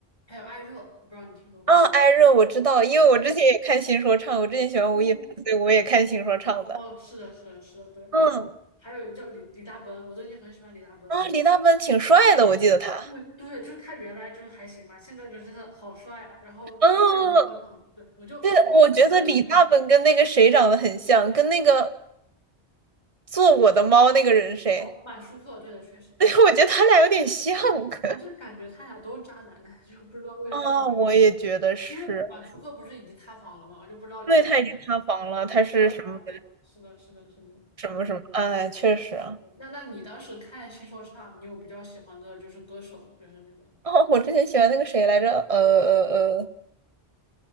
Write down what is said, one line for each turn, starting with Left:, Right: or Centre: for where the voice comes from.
Left: 还有艾热，我不知道你听说过吗？
Right: 啊，艾热我知道，因为我之前也看新说唱，
Left: 艾热
Right: 我之前喜欢吴亦凡，
Left: 哦
Right: 所以我也看新说唱的。
Left: 哦哦，是的，是的，是的，对。
Right: 嗯，
Left: 然后还有一个叫李李大奔，我最近很喜欢李大奔。
Right: 啊，李大奔挺帅的，我记得他。
Left: 对对，就是他原来就是还行吧，现在就真的好帅啊！然后就是帅哥说唱，
Right: 嗯，
Left: 对，我就很喜欢帅哥说唱。
Right: 对，我觉得李大奔跟那个谁长得很像，跟那个做我的猫那个人谁？
Left: 哦，满舒克，对的，确实，
Right: <laughs> 对，我觉得他俩有点像。<laughs>
Left: 而且感觉他俩都渣男，<laughs> 就不知道为什么。
Right: 啊，我也觉得是。
Left: 因为满舒克不是已经塌房了吗？我就不知道李大奔怎么
Right: 对，他已经塌房了，他是什么
Left: 做他。嗯，是的，是的，是的，
Right: 什么什么？
Left: 嗯。
Right: 哎，确实啊。
Left: 那那你当时看新说唱，你有比较喜欢的就是歌手，就是那种
Right: 哦，我之前喜欢那个谁来着？呃呃呃，